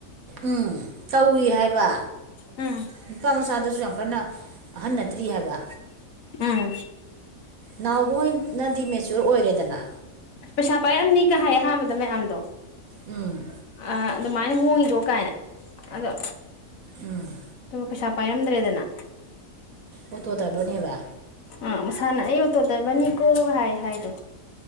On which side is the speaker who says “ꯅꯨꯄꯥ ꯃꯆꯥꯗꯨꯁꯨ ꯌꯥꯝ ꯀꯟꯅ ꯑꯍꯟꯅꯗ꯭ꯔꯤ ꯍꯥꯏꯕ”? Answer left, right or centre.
Right